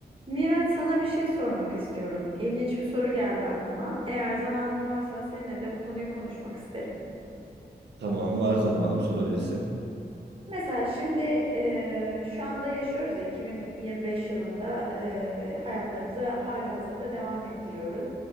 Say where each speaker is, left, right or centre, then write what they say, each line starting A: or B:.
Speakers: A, on the right; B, on the right.
A: Miraç sana bir şey sormak istiyorum. İlginç bir soru geldi aklıma. Eğer zamanın varsa seninle de bu konuyu konuşmak isterim.
B: Tamam var zamanım sorabilirsin.
A: Mesela şimdi e, şu anda yaşıyoruz ya 2025 yılında e, hayatlarımızı hali hazırda devam ettiriyoruz.